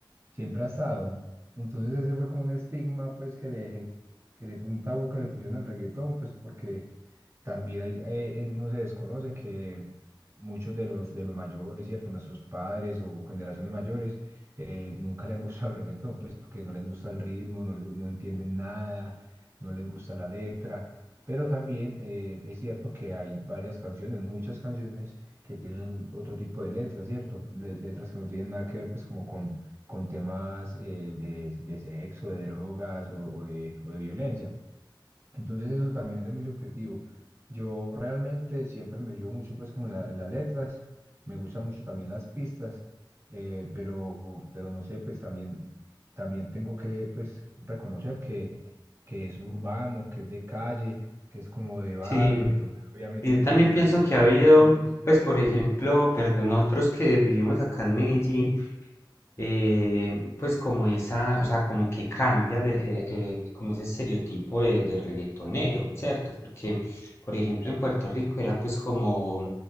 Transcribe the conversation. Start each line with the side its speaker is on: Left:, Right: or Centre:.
Right: siempre ha estado. Entonces, ese fue como un estigma, pues, que le, que de punta a boca le pusieron al reggaetón, pues, porque también hay, eh, eh, no se desconoce que muchos de los, de los mayores, ¿cierto? Nuestros padres o generaciones mayores eh, nunca le han gustado el reggaetón, pues porque no les gusta el ritmo, no, les gu- no entienden nada, no les gusta la letra. Pero también eh, es cierto que hay varias canciones, muchas canciones que tienen otro tipo de letras, ¿cierto? Le- letras que no tienen nada que ver, pues, como con, con temas eh, de, de sexo, de drogas o, o de, o de violencia. Entonces eso también es muy subjetivo. Yo realmente siempre me fijo mucho pues como en, la- en las letras, me gustan mucho también las pistas, eh, pero, pero no sé, pues también, también tengo que pues reconocer que, que es urbano, que es de calle, que es como de barrio,
Left: Sí,
Right: entonces obviamente
Left: y
Right: tiene
Left: también
Right: que
Left: pienso
Right: tener
Left: que
Right: su
Left: ha habido,
Right: su estilo,
Left: pues por ejemplo, perdón, nosotros que vivimos acá en Medellín, eh, pues como esa, o sea, como que cambia le- eh, eh, como ese estereotipo de, del reggaetonero, ¿cierto? Porque, por ejemplo, en Puerto Rico era pues como,